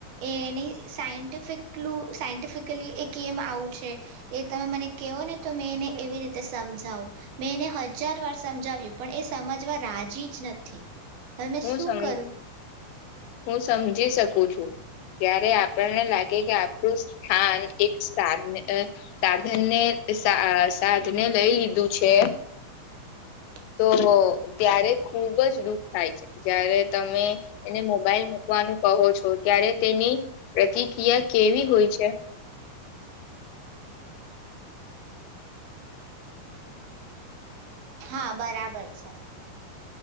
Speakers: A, on the right; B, on the left.
A: એ એની સાયન્ટિફિકલું સાયન્ટિફિકલી એ કેમ આવું છે એ તમે મને કહો ને તો મેં એને એવી રીતે સમજાવું મેં એને હજાર વાર સમજાવ્યું પણ એ સમજવા રાજી જ નથી. હવે મે
B: હું
A: શું
B: સમ
A: કરું?
B: હું સમજી શકું છું ત્યારે આપણને લાગે કે આપણું સ્થાન એક સાધ સાધન ને સા સાધને લઈ લીધું છે.
A: પ
B: તો ત્યારે ખુબ જ દુઃખ થાય છે જય્યારે તમે એને મોબાઈલ મૂકવાનું કહો છો ત્યારે તેની પ્રતિક્રિયા કેવી હોય છે.
A: માસી માસી હા બરાબર છે.